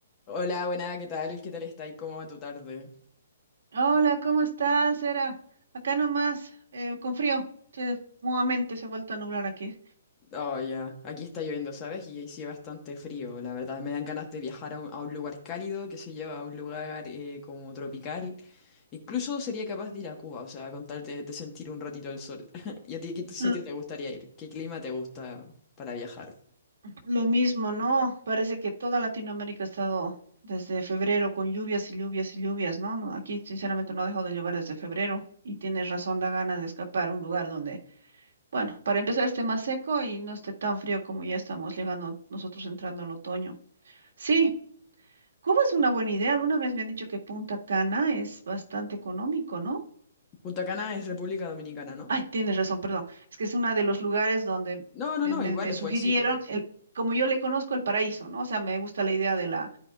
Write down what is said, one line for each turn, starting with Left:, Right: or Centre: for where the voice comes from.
Left: Hola, buena, ¿qué tal? ¿Qué tal está? ¿Y cómo va tu tarde?
Right: Hola, ¿cómo estás, Era? Acá nomás, eh, con frío. Se- nuevamente se ha vuelto a nublar aquí.
Left: Oh, ya, Aquí está lloviendo, ¿sabes? Y sí, bastante frío, la verdad. Me dan ganas de viajar a un, a un lugar cálido, que se lleva a un lugar eh, como tropical. Incluso sería capaz de ir a Cuba, o sea, con tal de, de sentir un ratito el sol. <laughs> ¿Y a ti qué t- sitio
Right: L-
Left: te gustaría ir? ¿Qué clima te gusta para viajar?
Right: lo mismo, ¿no? Parece que toda Latinoamérica ha estado desde febrero con lluvias y lluvias y lluvias, ¿no? No, Aquí, sinceramente, no ha dejado de llover desde febrero y tienes razón, da ganas de escapar a un lugar donde, bueno, para empezar esté más seco y no esté tan frío como ya estamos llegando nosotros entrando al otoño. Sí, Cuba es una buena idea. Alguna vez me han dicho que Punta Cana es bastante económico, ¿no?
Left: Punta Cana es República Dominicana, ¿no?
Right: Ay, tienes razón, perdón. Es que es uno de los lugares donde
Left: No, no,
Right: me,
Left: no,
Right: me-
Left: igual
Right: me
Left: es
Right: sugirieron,
Left: buen sitio.
Right: el, como yo le conozco el paraíso, ¿no? O sea, me gusta la idea de la,